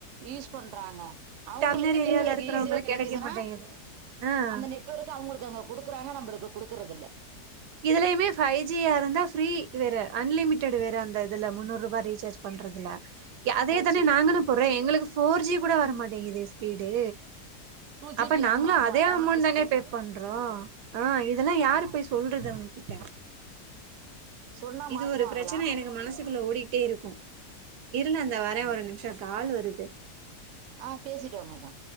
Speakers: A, on the right; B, on the right.
A: யூஸ் பண்றாங்க அவுங்களுக்கு
B: இன்னர்
A: நெட்வொர்க்
B: ஏரியால இருக்கிறவங்களுக்கு
A: ஈஸியா கெடைக்குதுன்னா
B: கெடைக்க மாட்டேங்குது ஆ
A: அந்த நெட் வொர்க்கு அவுங்களுக்கு அங்க குடுக்குறாங்க நம்மளுக்கு குடுக்குறதில்ல
B: இதுலயுமே ஃபைவ் ஜியா இருந்தா ஃப்ரீ வேற அன்லிமிடட் வேற அந்தது இதுல முன்னூறு ரூபா ரீசார்ஜ் பண்றதுல அதே
A: ஃபைவ்
B: தானே
A: ஜி
B: நாங்களு
A: ஆமா
B: போட்றோ எங்களுக்கு ஃபோர் ஜி கூட வரமாட்டேங்குதே ஸ்பீடு
A: டூ ஜிபி
B: அப்ப நாங்களு
A: ஆமா ஆமா
B: அதே
A: எனக்கு
B: அமௌண்ட் தானே
A: ஸ்பீடு
B: பே
A: வரும்
B: பண்றோ ஆ இதெல்லா யாரு
A: ஆமா
B: போய் சொ சொல்றது அவுங்கிட்ட
A: சொன்னா
B: இது
A: மாத்துவாங்களா
B: ஒரு பிரச்சன ம் எனக்கு மனசுக்குள்ள ஓடிட்டே இருக்கும் இரு நா இந்தா வரே ஒரு நிம்ஷோ கால் வருது
A: ஆ பேசிட்டு வாங்கக்கா